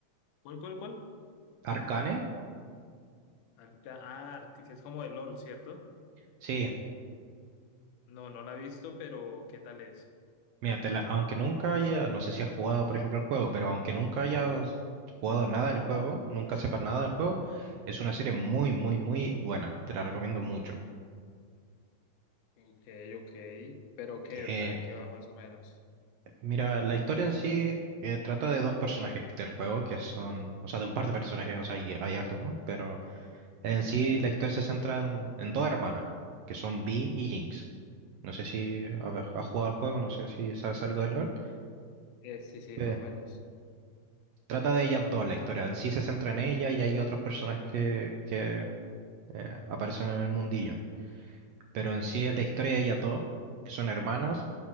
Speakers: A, on the left; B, on the right.
A: ¿Cuál, cuál, cuál?
B: Arcane,
A: Arca- ah, es como de LOL, ¿cierto?
B: sí.
A: No, no la he visto, pero ¿qué tal es?
B: Mira, te la- aunque nunca haya, no sé si has jugado, por ejemplo, el juego, pero aunque nunca hayas jugado nada del juego, nunca sepas nada del juego, es una serie muy, muy, muy buena. Te la recomiendo mucho.
A: Ok, ok. ¿Pero qué?
B: Eh,
A: O sea, ¿de qué va más o menos?
B: mira, la historia en sí eh, trata de dos personajes del juego, que son, o sea, de un par de personajes, o sea, hay, hay harto, ¿no? En sí, la historia se centra en, en dos hermanas, que son Vi y Jinx. No sé si a ver, has jugado al juego, no sé si sabes algo del LoL.
A: Eh, sí, sí,
B: Eh,
A: más o menos.
B: trata de ellas dos la historia. En sí se centra en ella y hay otros personajes que, que, eh, aparecen en el mundillo. Pero en sí es la historia de ellas dos, que son hermanas,